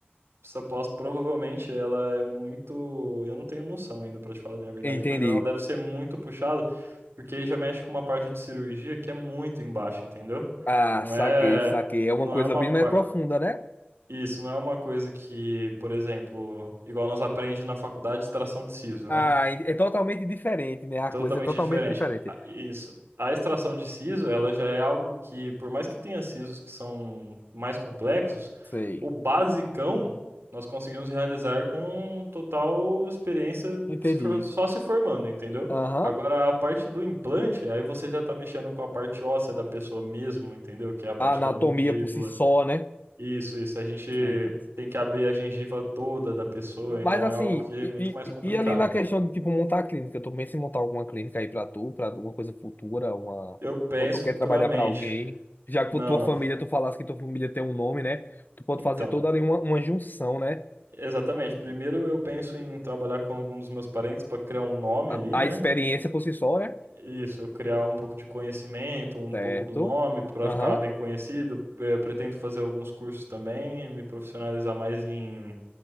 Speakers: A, on the right; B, on the left.
A: Essa pós provavelmente ela é muito. Eu não tenho noção ainda, pra te falar bem a verdade,
B: entendi.
A: mas ela deve ser muito puxada, porque aí já mexe com uma parte de cirurgia que é muito embaixo, entendeu?
B: Ah,
A: Não
B: saquei,
A: é.
B: saquei. É uma
A: Não
B: coisa
A: é uma.
B: bem
A: par-
B: mais profunda, né?
A: Isso, não é uma coisa que, por exemplo, igual nós aprende na faculdade, extração de siso, né?
B: Ah, é totalmente diferente, né? A
A: Totalmente
B: coisa é totalmente
A: diferente.
B: diferente.
A: A- Isso. A extração de siso, ela já é algo que, por mais que tenha sisos que são mais complexos,
B: Sei.
A: o basicão nós conseguimos realizar com total experiência,
B: Entendi.
A: se for- só se formando, entendeu?
B: Aham.
A: Agora, a parte do implante, aí você já tá mexendo com a parte óssea da pessoa mesmo, entendeu? Que é a parte
B: A anatomia
A: da mandíbula.
B: por si só, né?
A: Isso, isso. A gente
B: Ah, então.
A: tem que abrir a gengiva toda da pessoa,
B: Mas
A: então
B: assim,
A: é algo que
B: e,
A: é muito mais
B: e-
A: complicado.
B: e ali na questão de tipo montar a clínica, eu tô em montar alguma clínica aí pra tu, pra alguma coisa futura, uma
A: Eu penso
B: ou tu quer
A: futuramente.
B: trabalhar pra alguém, já
A: Não,
B: que por tua
A: não.
B: família, tu falasse que tua família tem um nome, né? Tu pode
A: Então,
B: fazer toda ali uma, uma junção, né?
A: exatamente. Primeiro eu penso em trabalhar com algum dos meus parentes para criar um nome ali,
B: A
A: né?
B: experiência por si só, né?
A: Isso, criar um pouco de conhecimento, um
B: Certo.
A: pouco do nome para
B: Aham,
A: ficar bem conhecido. Eh, pretendo fazer alguns cursos também, me profissionalizar mais em